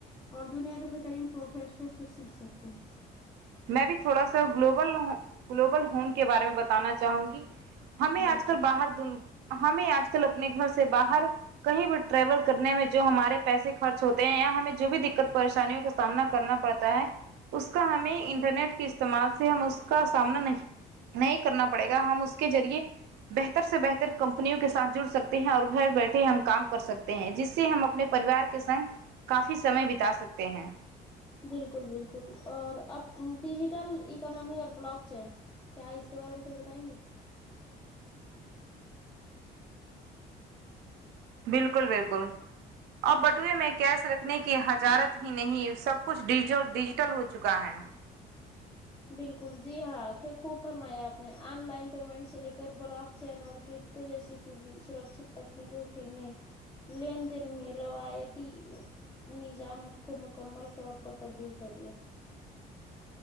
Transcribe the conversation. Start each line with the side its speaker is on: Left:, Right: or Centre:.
Left: اور دنیا کے بہترین پروفیسر سے سیکھ سکتے ہیں
Right: میں بھی تھوڑا سا گلوبل گلوبل ہوم کے بارے میں بتانا چاہوں گی ہمیں
Left: بالکل
Right: آج کل باہر د ہمیں آج کل اپنے گھر سے باہر کہیں بھی ٹریول کرنے میں جو ہمارے پیسے خرچ ہوتے ہیں یا ہمیں جو بھی دقت پریشانیوں کے سامنا کرنا پڑتا ہے اس کا ہمیں انٹرنیٹ کے استعمال سے ہم اس کا سامنا نہیں نہیں کرنا پڑے گا ہم اس کے ذریعے بہتر سے بہتر کمپنیوں کے ساتھ جڑ سکتے ہیں اور گھر بیٹھے ہم کام کر سکتے ہیں جس سے ہم اپنے پریوار سنگ کافی سمے بتا سکتے ہیں
Left: بالکل بالکل اور اب ڈیجیٹل اکناممی اور بلاک چین کیا اس کے بارے میں کچھ بتائیں گی
Right: بالکل بالکل اور بٹوئے میں کیش رکھنے کی حجارت ہی نہیں سب کچھ ڈیجیٹل ڈیجیٹل ہو چکا ہے
Left: بالکل جی ہاں کیا خوب فرمایا آپ نے آن لائن پیمنٹ سے لے کر براک چین اور کرپٹو جیسی سرکشت تکنیکوں کے نے لین دین میں روایتی نظام کو مکمل طور پر تبدیل کر دیا